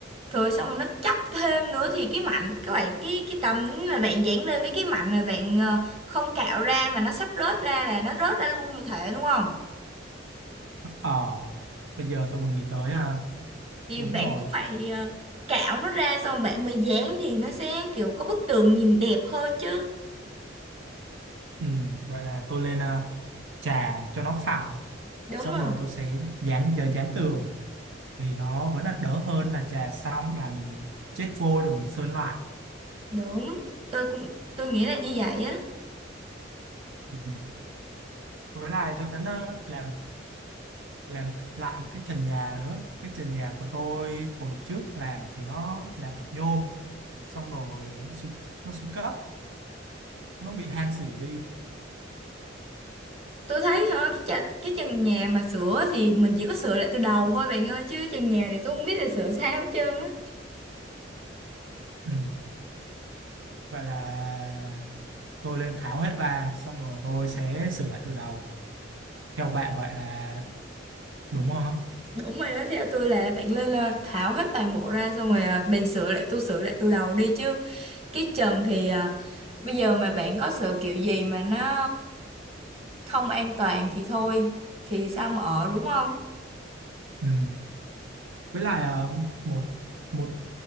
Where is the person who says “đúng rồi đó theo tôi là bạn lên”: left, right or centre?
Right